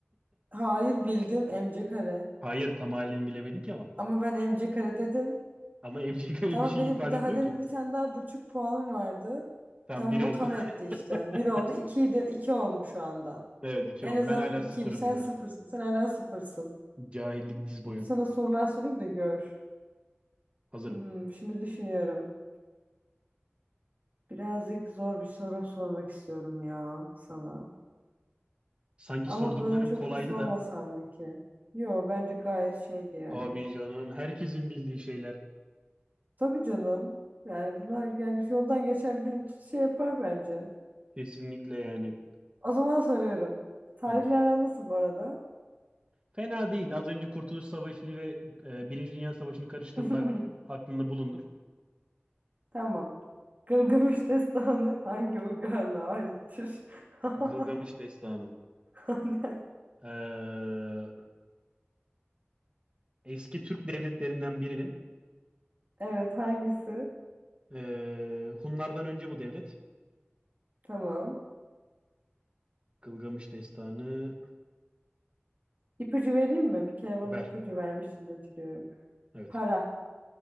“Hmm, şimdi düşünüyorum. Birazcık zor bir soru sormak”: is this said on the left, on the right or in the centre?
Right